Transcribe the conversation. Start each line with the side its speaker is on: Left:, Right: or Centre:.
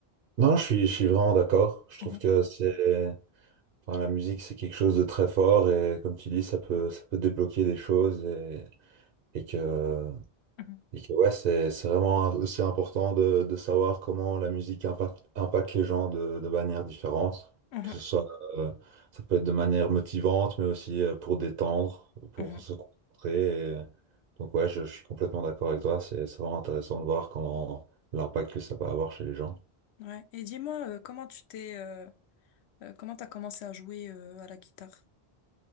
Right: Non, je suis, je suis vraiment d'accord. Je trouve
Left: Mhm,
Right: que c'est, enfin, la musique, c'est quelque chose de très fort et comme tu dis, ça peut, ça peut débloquer des choses et, et que,
Left: mhm,
Right: et que ouais, c'est, c'est vraiment aussi important de, de savoir comment la musique impacte, impacte les gens de, de manière différente.
Left: mhm,
Right: Que ce soit, euh, ça peut être de manière motivante, mais aussi euh, pour détendre, pour
Left: mhm.
Right: se concentrer. et- Donc ouais, je, je suis complètement d'accord avec toi. C'est, c'est vraiment intéressant de voir comment l'impact que ça peut avoir chez les gens.
Left: Ouais. Et dis-moi, euh, comment tu t'es, euh, euh, comment t'as commencé à jouer euh, à la guitare?